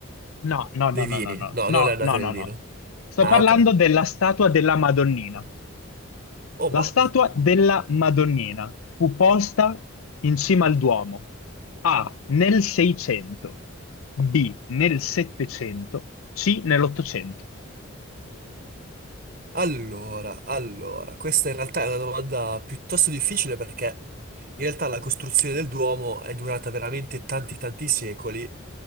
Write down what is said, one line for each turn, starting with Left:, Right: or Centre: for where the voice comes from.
Left: No, no, no,
Right: Dei
Left: no,
Right: vini?
Left: no, no,
Right: No,
Left: no,
Right: non le annate
Left: no,
Right: del
Left: no,
Right: vino.
Left: no. Sto
Right: Ah,
Left: parlando
Right: ok.
Left: della statua della Madonnina.
Right: Oh
Left: La
Right: mamma.
Left: statua della Madonnina fu posta in cima al Duomo A nel 600, B nel 700, C nell'Ottocento.
Right: Allora, allora, questa in realtà è una domanda piuttosto difficile perché in realtà la costruzione del Duomo è durata veramente tanti tanti secoli